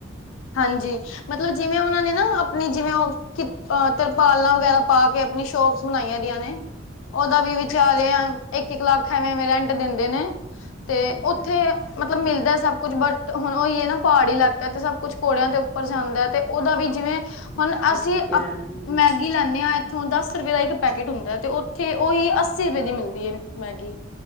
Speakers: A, on the left; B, in the centre.
A: ਹਾਂਜੀ, ਮਤਲਬ ਜਿਵੇਂ ਉਹਨਾਂ ਨੇ ਨਾ ਆਪਣੀ ਜਿਵੇਂ ਉਹ ਅ ਤਰਪਾਲਾਂ ਵਗੈਰਾ ਪਾ ਕੇ ਆਪਣੀ ਸ਼ੋਪਸ ਬਣਾਈਆਂ ਦੀਆਂ ਨੇ ਉਹਦਾ ਵੀ ਵਿਚਾਰੇ ਇੱਕ-ਇੱਕ ਲੱਖ ਐਵੇਂ-ਐਵੇਂ ਰੈਂਟ ਦਿੰਦੇ ਨੇ ਤੇ
B: ਅੱਛਾ
A: ਉੱਥੇ ਮਤਲਬ ਮਿਲਦਾ ਸਭ ਕੁੱਛ ਬਟ ਹੁਣ ਉਹੀ ਹੈ ਨਾ ਪਹਾੜੀ ਇਲਾਕਾ ਤੇ ਸਭ ਕੁੱਛ ਘੋੜਿਆਂ ਦੇ ਉੱਪਰ ਜਾਂਦਾ ਹੈ ਤੇ ਉਹਦਾ ਵੀ ਜਿਵੇਂ ਹੁਣ
B: ਹਾਂ
A: ਅਸੀਂ
B: ਕਿਰਾਨ
A: ਅਪ ਮੈਗੀ ਲੈਂਦੇ ਹਾਂ ਇੱਥੋਂ ਦਸ ਰੁਪਏ ਦਾ ਇੱਕ ਪੈਕੇਟ ਹੁੰਦਾ ਹੈ ਤੇ ਉਥ ਤੇ ਉਹੀ ਅੱਸੀ ਰੁਪਏ ਦੀ ਮਿਲਦੀ ਐ, ਮੈਗੀ